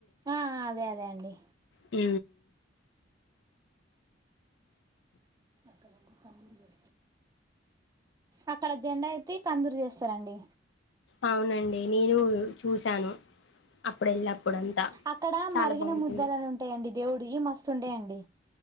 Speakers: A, on the right; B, on the left.
A: ఆ అదే అదే అండి
B: అ
A: అక్కడ కండూడి వ అక్కడ జెండా అయితే కందూరు చేస్తారండి
B: అవునండి నేను చూశాను అప్పుడు వెళ్ళప్పుడంతా
A: అక్కడ
B: చాలా
A: మరిగిన
B: బాగుంటుంది
A: ముద్దని ఉంటాయండి దేవుడివి మస్తు ఉంటాయండి